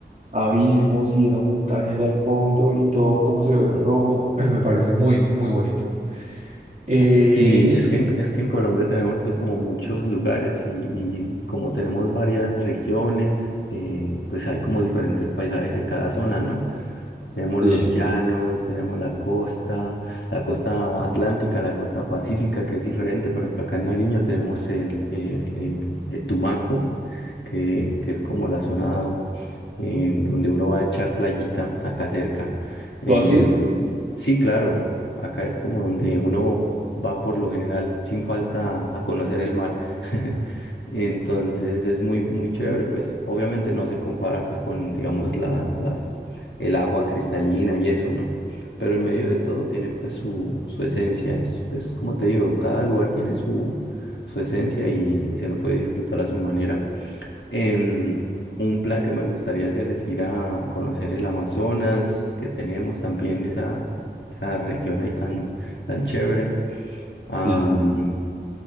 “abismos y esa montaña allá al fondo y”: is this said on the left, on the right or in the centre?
Right